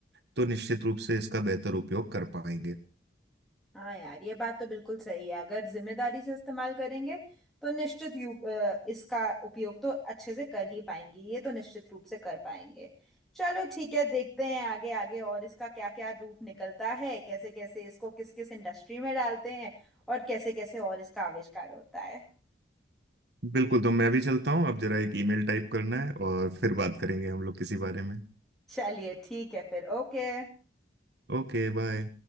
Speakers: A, on the right; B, in the centre.
A: तो निश्चित रूप से इसका बेहतर उपयोग कर पाएंगे
B: हाँ यार ये बात तो बिल्कुल सही है अगर जिम्मेदारी से इस्तेमाल करेंगे तो निश्चित यू अ, इसका उपयोग तो अच्छे से कर ही पाएंगे ये तो निश्चित रूप से कर पाएंगे चलो ठीक है देखते हैं आगे आगे और इसका क्या क्या रूप निकलता है कैसे कैसे इसको किस किस इंडस्ट्री में डालते हैं और कैसे कैसे और इसका आविष्कार होता है
A: बिल्कुल तो मैं भी चलता हूँ अब जरा एक ईमेल टाइप करना है और फिर बात करेंगे हम लोग किसी बारे में
B: चलिए ठीक है फिर ओके
A: Okay bye